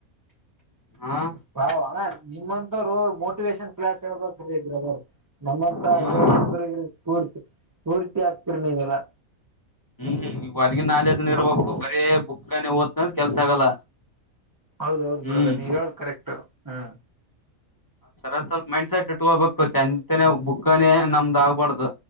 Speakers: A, on the left; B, on the right.
A: ಹು
B: ಬಾ ಅಣ ನಿಮ್ಮಂತರೋ ಮೋಟಿವೇೇಶನ್ ಕ್ಲಾಸ್ ಹೇಳ್ಬೇಕೀ ಬ್ರದರ್. ನಮ್ಮಂತ
A: ಹ್ಮ್
B: ಯುವ ಯುವಕ್ರಿಗ್ ಸ್ಫೂರ್ತಿ ಸ್ಫೂರ್ತಿ ಆಗ್ತಿರ್ ನೀವೆಲ್ಲಾ.
A: ಹ್ಮ್ ಈ ಹೊರ್ಗಿನ್ ನಾಲೇಜ ಇರ್ಬೇಕು ಬರೇ ಬುಕ್ನೆ ಓದ್ನ ಕೆಲ್ಸ ಆಗಲ್ಲ.
B: ಹೌದೌದು
A: ಹ್ಮ್
B: ಬ್ರದರ್ ನೀವ್ ಹೇಳದ್ ಕರೆಕ್ಟ್ ಹ್ಮ್.
A: ಸರ ಸ್ವಲ್ಪ ಮೈಂಡ್ ಸೆಟ್ ಇಟ್ಕೋಬೇಕು ಸಂತನೆ ಬುಕ್ಕನೇ ನಮ್ದ್ ಆಗ್ಬಾರ್ದು.